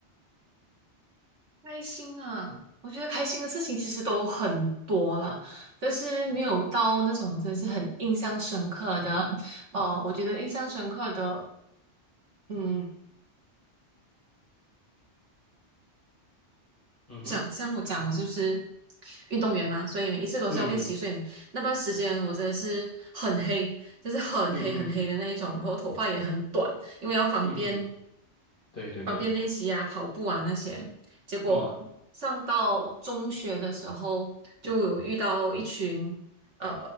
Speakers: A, on the right; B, on the left.
A: 开心啊！我觉得开心的事情其实都很多了，但是没有到那种真的是很印象深刻的。
B: 嗯
A: 呃，我觉得印象深刻的。嗯
B: 嗯哼，
A: 讲像我讲，我就是运动员嘛，所以每一次都是要练习。
B: 嗯嗯
A: 所以那段时间我真的是很黑，就是很黑很黑的那一种，
B: 嗯嗯嗯
A: 然后头发也很短，因为要方便
B: 嗯，嗯嗯对对对。
A: 方便练习啊、跑步啊那些。结果上到中学的时候，
B: 嗯。
A: 就有遇到一群呃，